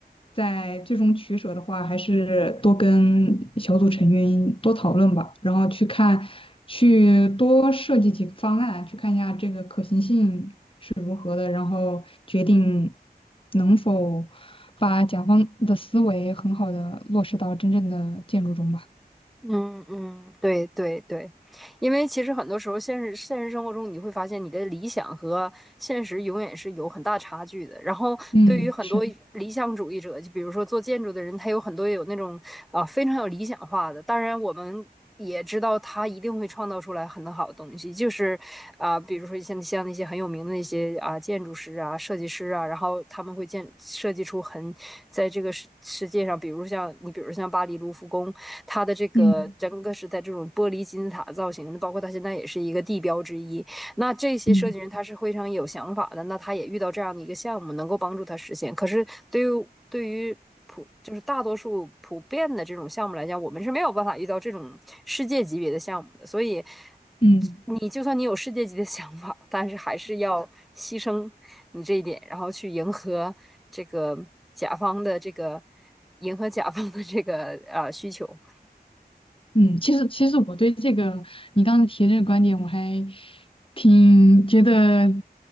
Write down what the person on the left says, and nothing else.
在最终取舍的话，还是多跟小组成员多讨论吧，然后去看，去多设计几个方案，去看一下这个可行性是如何的，然后决定能否把甲方的思维很好的落实到真正的建筑中吧。
嗯，是的，
嗯
嗯
嗯。
嗯，其实其实我对这个你刚才提这个观点，我还挺觉得，